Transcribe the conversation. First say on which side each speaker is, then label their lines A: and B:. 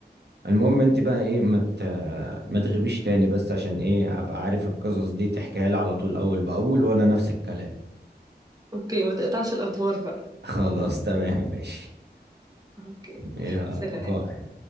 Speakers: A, on the right; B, on the right.
A: المهم انت بقى ايه ما مت... ما تغيبيش تاني بس عشان ايه ابقى عارف القصص دي تحكيها لي على طول اول باول وانا نفس الكلام
B: أوكي ما تقطعش الأخبار بقى
A: <laughs> خلاص تمام ماشي
B: أوكي
A: يلا
B: سلام
A: باي